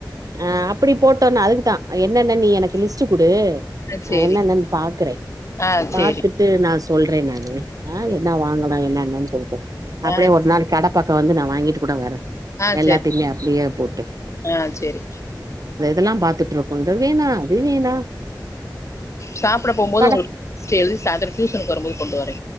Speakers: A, on the right (about 50°); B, on the left (about 40°).
A: அ அப்படி போட்டோன்னா அதுக்குதா என்னன்ன நீ எனக்கு லிஸ்ட்டு குடு
B: அ
A: நா
B: சேரி
A: என்னன்னன் பாக்குறே
B: ஆ சேரி
A: பாத்துட் டு நா சொல்ற நானு ஆ என்ன வாங்கனு என்ன என்னன்னு சொல்ட்டு அப்படியே
B: ஆ
A: ஒரு நாள் கட பக்கோ வந்து நா வாங்கிட்டு கூட வர
B: ஆ
A: எல்லாத்தையுமே
B: சேரி
A: அப்படியே போட்ரு
B: ஆ சேரி
A: எல்லாம் பாத்துட்ருக்கு இத வேணா அது வேணா
B: சாப்பட போகும்போது
A: கட
B: உங்களுக்கு சே எழுதி சாய்ந்ரோ டியூசனுக்கு வரும்போது கொண்டு வரே